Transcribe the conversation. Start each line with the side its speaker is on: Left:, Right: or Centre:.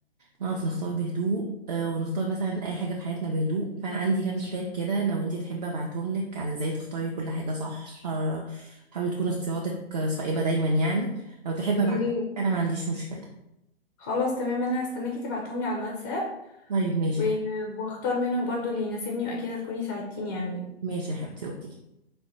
Right: نعرف نختار بهدوء آه، ونختار مثلا اي حاجة في حياتنا بهدوء فانا عندي كام كتاب كده لو انتي تحبي ابعتهم لك عن ازاي تختاري كل حاجة صح آه، حاولي تكون اختياراتك آه، صائبة دايما يعني لو تحبي
Left: يا
Right: ابعتهم
Left: ريت
Right: لك، انا ما عنديش مشكلة
Left: خلاص تمام انا هستناكي تبعتهم لي على الواتساب
Right: طيب ماشي
Left: و-
Right: يا حبيبتي
Left: واختار منهم برضو اللي يناسبني واكيد هتكوني ساعدتيني اوي
Right: ماشي يا حبيبتي اوكي